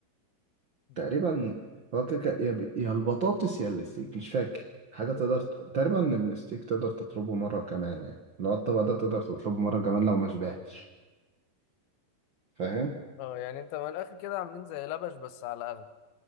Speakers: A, on the left (about 70°); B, on the right (about 80°).
A: مم.
B: تقريبا هو كده كده يا ب- يا البطاطس يا الستيك مش فاكر حاجه تقدر ت- تقريبا الستيك تقدر تطلبه مره كمان يعني لو الطبق ده تقدر تطلبه مره كمان لو ما شبعتش فاهم
A: اه يعني انت من الاخر كده عاملين زي لبش بس على اغلى